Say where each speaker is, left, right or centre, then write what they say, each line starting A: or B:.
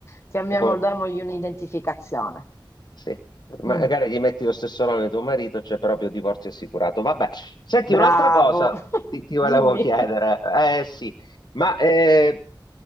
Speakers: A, on the left; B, on the left.
A: chiamiamolo,
B: È come-
A: damogli un'identificazione.
B: sì. Magari
A: Mm,
B: gli metti lo stesso nome di tuo marito, c'è proprio divorzio assicurato. Vabbè, senti,
A: bravo,
B: un'altra cosa
A: <laughs>
B: ti, ti volevo
A: dimmi.
B: chiedere. Eh sì, ma eh,